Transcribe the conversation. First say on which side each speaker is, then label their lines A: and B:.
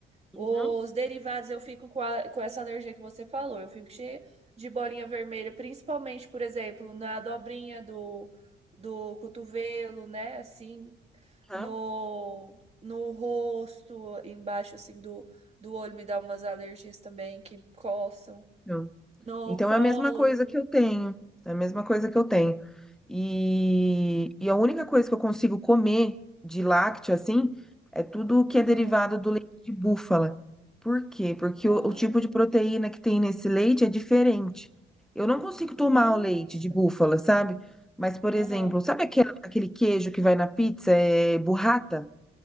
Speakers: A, on the right (about 30°); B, in the centre.
A: Os
B: Uhum.
A: derivados eu fico com, a- com essa alergia que você falou. Eu fico cheia de bolinha vermelha, principalmente, por exemplo, na dobrinha do, do cotovelo, né? Assim,
B: Tá.
A: no, no rosto, embaixo, assim, do, do olho me dá umas alergias também que coçam.
B: Então,
A: No
B: então
A: colo.
B: é a mesma coisa que eu tenho. É a mesma coisa que eu tenho. E, e a única coisa que eu consigo comer de lácteo, assim, é tudo que é derivado
A: Ah,
B: do leite de búfala. Por quê? Porque
A: ah,
B: o, o tipo de proteína que tem nesse leite é diferente. Eu não consigo tomar
A: nossa.
B: o leite de búfala, sabe? Mas, por
A: Aham.
B: exemplo, sabe aquele, aquele queijo que vai na pizza? É burrata?